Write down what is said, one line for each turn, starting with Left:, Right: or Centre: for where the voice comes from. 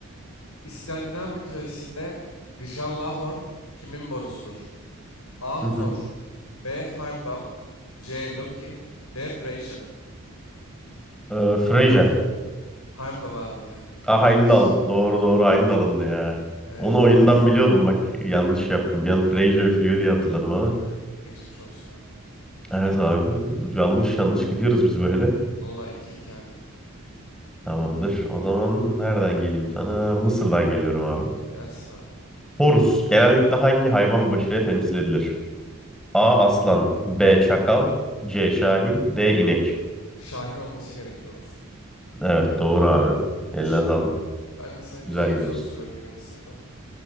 Left: İskandinav mitolojisinde Gjallahorn kimin borusudur? A.
Centre: Hı hı.
Left: Thor B. Heimdall. C. Loki. D. Frasier.
Centre: Ee,
Left: Kimin
Centre: Freyja.
Left: borç? Heimdall abi ya.
Centre: Ah
Left: Yanlış.
Centre: Heimdall. Doğru doğru Heimdall'ındı ya.
Left: Evet
Centre: Onu oyundan
Left: evet.
Centre: biliyordum bak. Yanlış yaptım. Bir an Freyja üflüyor diye hatırladım ama.
Left: Geçmiş olsun abi.
Centre: Evet abi yanlış yanlış gidiyoruz biz böyle.
Left: Allah iki 2 hala.
Centre: Tamamdır. O zaman nereden geleyim sana? Mısır'dan geliyorum abi.
Left: Gelsin abi.
Centre: Horus genellikle hangi hayvan başıyla temsil edilir? A. Aslan B. Çakal C. Şahin D. İnek
Left: Şahin olması gerekiyor olsun.
Centre: Evet doğru abi.
Left: 3-2.
Centre: Eline sağlık.
Left: Ben de sana güzel
Centre: Güzel
Left: bir
Centre: gidiyorsun.
Left: soru soruyorum yine Mısır'dan.